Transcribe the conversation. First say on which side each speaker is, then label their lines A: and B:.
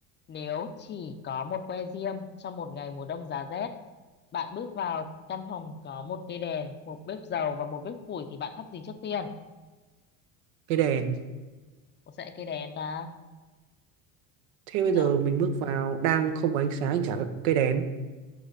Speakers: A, on the left (about 30°); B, on the right (about 80°).
A: Nếu chỉ có một que diêm trong một ngày mùa đông giá rét, bạn bước vào căn phòng có một cây đèn, một bếp dầu và một bếp củi thì bạn thắp gì trước tiên?
B: cây đèn.
A: Có sẽ cây đèn ta?
B: Thế bây
A: Nào,
B: giờ mình bước vào, đang không có ánh sáng, chả có cây đèn.